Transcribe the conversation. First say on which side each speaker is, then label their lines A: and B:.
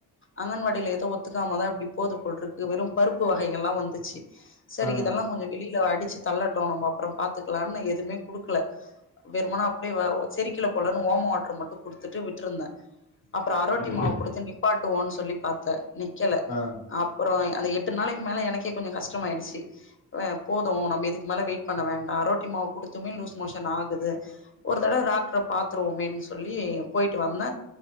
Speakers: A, on the left; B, on the left.
A: அங்கன்வாடியில ஏதோ ஒத்துக்காமதா இப்டி போது போல்ருக்கு வெறு பருப்பு வகைகள்ல்லா வந்துச்சு சரி
B: ஆ.
A: இதெல்லா கொஞ்ச வெளியில அடிச்சு தள்ளட்டு நம்ம அப்பற பாத்துக்கலாம்னு எதுவுமே குடுக்கல வெறுமன அப்டியே வ செரிக்கில போலன்னு ஓம வாட்ரு மட்டு குடுத்துட்டு விட்ருந்தே அப்பற அரோட்டி
B: கண்டிப்பா.
A: மாவு குடுத்து நிப்பாட்டுவோன்னு சொல்லி பாத்த நிக்கல
B: ஆ
A: அப்பற அந்த எட்டு நாளைக்கு மேல எனக்கே கொஞ்சோ கஷ்டமாய்டுச்சு அ போது நம்ம இதுக்கு மேல வெயிட் பண்ண வேண்டா அரோட்டி மாவு குடுத்துமே லூஸ் மோஷன் ஆகுது ஒரு தடவ டாக்டர பாத்துருவோமேன் சொல்லி போய்ட்டு வந்த